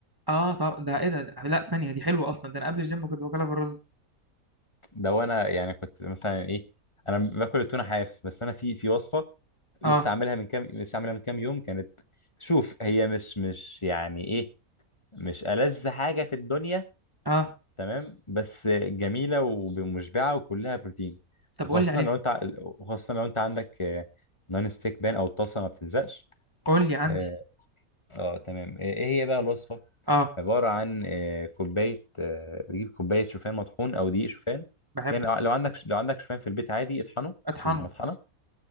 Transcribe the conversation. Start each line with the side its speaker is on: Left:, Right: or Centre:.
Right: اه طب ده ايه ده, ده لا ثانيه دي حلوه اصلا ده انا قبل الجيم كنت باكلها بالرز
Left: ده وانا يعني كنت مثلا ايه انا باكل التونه حاف بس انا في في وصفه لسه
Right: اه
Left: عاملها من كام لسه عاملها من كام يوم كانت شوف هي مش مش يعني ايه مش ألذ حاجه في الدنيا
Right: اه
Left: تمام بس جميله ومشبعه وكلها بروتين
Right: طب
Left: وخاصه
Right: قول لي عليها
Left: لو انت ع- وخاصه لو انت عندك آه، نون ستيك بان او الطاسه ما بتلزقش
Right: قول لي عندي
Left: اه آه، تمام ايه إيه هي بقى الوصفه
Right: اه
Left: عبارة عن آه، كوباية آه، بتجيب كوباية شوفان مطحون أو دقيق شوفان
Right: بحبه
Left: يعني لو عندك لو عندك شوفان في البيت عادي اطحنه
Right: اطحنه
Left: في المطحنة